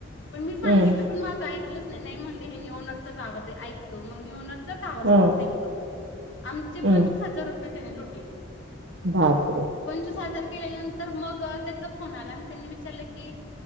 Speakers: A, on the left; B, on the right.
A: पण मी सांगितलं
B: हम्म
A: पण माझं ऐलंच नाही, नाही म्हणले हे नी ओनरचच आवाज आईकतो, मग मी ऑनर चाच आवाज
B: हम्म
A: होता सेम तो, आमचे
B: हम्म
A: पंचवीस हजार रुपये त्याने लुटले.
B: बापरे
A: पंचवीस हजार केल्या नंतर मग त्याचा फोन आला आणि त्यांनी विचारलं की,